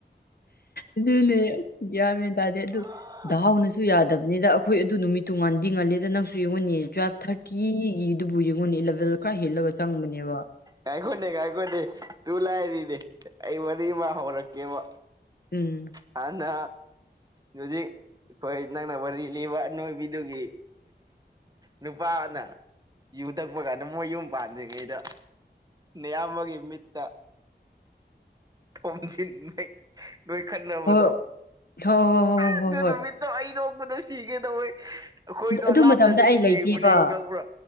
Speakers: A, on the left (about 55°); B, on the right (about 20°).
A: ꯑꯗꯨꯅꯦ ꯒꯤꯌꯥꯟ ꯃꯦꯟ ꯇꯥꯗꯦ ꯑꯗꯨ
B: ꯑꯥ
A: ꯗꯥꯎꯅꯁꯨ ꯌꯥꯗꯕꯅꯤꯗ ꯑꯩꯈꯣꯏ ꯑꯗꯨ ꯅꯨꯃꯤꯠꯇꯨ ꯉꯥꯟꯗꯤ ꯉꯜꯂꯦꯗ ꯅꯪꯁꯨ ꯌꯦꯡꯉꯥꯎꯅꯦ ꯇꯨꯋꯦꯜꯐ ꯊꯥꯔꯇꯤꯒꯤꯗꯨꯕꯨ ꯌꯦꯡꯉꯨꯅꯦ ꯏꯂꯚꯦꯜ ꯈꯔ ꯍꯦꯜꯂꯒ ꯆꯪꯕꯅꯦꯕ
B: ꯀꯥꯏꯈꯣꯅꯦ ꯀꯥꯏꯈꯣꯅꯦ ꯇꯨ ꯂꯥꯏꯔꯤꯅꯦ ꯑꯩ ꯋꯥꯔꯤ ꯑꯃ ꯍꯧꯔꯛꯀꯦꯕ
A: ꯎꯝ
B: ꯍꯟꯅ ꯌꯖꯤ ꯑꯩꯈꯣꯏ ꯅꯪꯅ ꯋꯥꯔꯤ ꯂꯤꯕ ꯑꯅꯣꯏꯕꯤꯗꯨꯒꯤ ꯅꯨꯄꯥꯅ ꯌꯨ ꯊꯛꯄ ꯀꯥꯟꯗ ꯃꯣꯏ ꯌꯨꯝ ꯄꯥꯟꯗ꯭ꯔꯤꯉꯩꯗ ꯑꯌꯥꯝꯕꯒꯤ ꯃꯤꯠꯇ ꯊꯣꯝꯖꯤꯟꯕꯩ ꯅꯣꯏ ꯈꯟꯅꯕꯗꯣ
A: ꯍꯣꯏ ꯍꯣꯏ ꯍꯣꯏ ꯍꯣꯏ
B: ꯑꯗꯨ
A: ꯍꯣꯏ ꯍꯣꯏ ꯍꯣꯏ
B: ꯅꯨꯃꯤꯠ ꯑꯩ ꯅꯣꯛꯕꯗꯣ ꯁꯤꯒꯦꯗꯧꯋꯦ ꯑꯩꯈꯣꯏꯗꯣ
A: ꯑꯗꯨ
B: ꯂꯥꯞꯅꯗꯒꯤ
A: ꯃꯇꯝꯗ ꯑꯩ ꯂꯩꯇꯦꯕ
B: ꯌꯦꯡꯕꯨꯅꯦꯕ ꯈꯪꯕ꯭ꯔꯥ